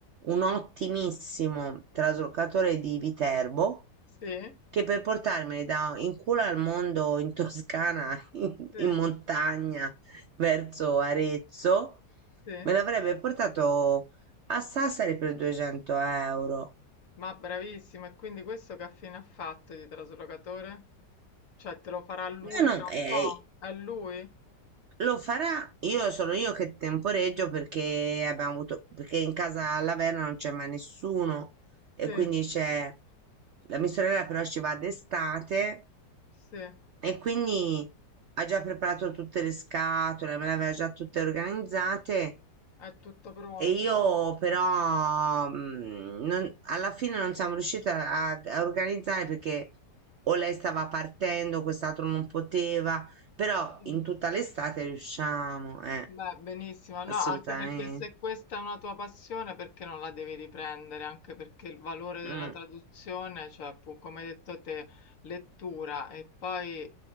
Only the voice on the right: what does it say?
un ottimissimo traslocatore di Viterbo
che per portarmeli da in culo al mondo in Toscana, <laughs> in,
in montagna, verso Arezzo,
me l'avrebbe portato a Sassari per 200 euro.
No, no,
eh,
lo farà. Io sono io che temporeggio perché abbiamo avuto, perché in casa alla Verna non c'è mai nessuno e
quindi c'è la mia sorella però ci va d'estate
E quindi ha già preparato tutte le scatole, me le aveva già tutte organizzate
e io però mm, non- alla fine non siamo riusciti a, a- a organizzare perché o lei stava partendo, quest'altro non poteva, però
in tutta l'estate riusciamo, eh,
assolutamente.
Mm.